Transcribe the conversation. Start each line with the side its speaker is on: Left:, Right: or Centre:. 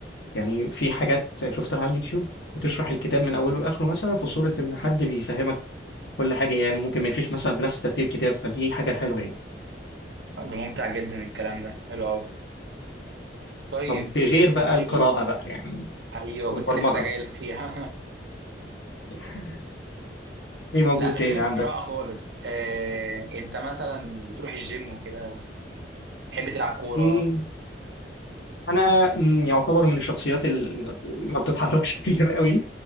Left: يعني في حاجات شفتها على اليوتيوب بتشرح الكتاب من اوله لاخره مثلا في صوره ان حد بيفهمك كل حاجه يعني وممكن ما يمشيش مثلا بنفس ترتيب الكتاب فدي حاجه حلوه يعني
Right: ده ممتع جدا الكلام ده حلو قوي طيب
Left: طب بغير بقى
Right: في
Left: القراءه بقى يعني
Right: ايوه
Left: والبرمجه
Right: كنت لسه جاي لك فيها
Left: <laughs>
Right: <laughs>
Left: ايه موجود
Right: لا
Left: تاني
Right: غير
Left: عندك
Right: القراءه خالص آه... انت مثلا بتروح الجيم وكده تحب تلعب كوره
Left: مم، انا مم، يعتبر من الشخصيات اللي ما بتتحركش <laughs> كتير قوي